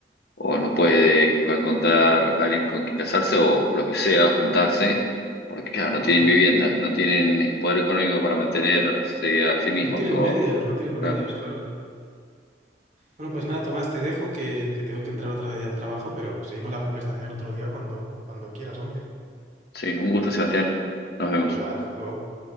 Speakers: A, on the left (about 60°); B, on the right (about 45°).
A: o no puede encontrar a alguien con quien casarse o lo que sea, juntarse, porque claro, no tienen
B: Mm.
A: vivienda, no tienen eh, poder económico para mantenerse a sí mismos,
B: No tienen
A: o,
B: medios, no tienen medios,
A: claro,
B: claro. Bueno, pues nada, Tomás, te dejo que, que tengo que entrar otra vez ya al trabajo, pero seguimos la conversación otro día cuando, cuando quieras, hombre.
A: sí, un gusto, Sebastián, nos vemos.
B: Igual, hasta luego.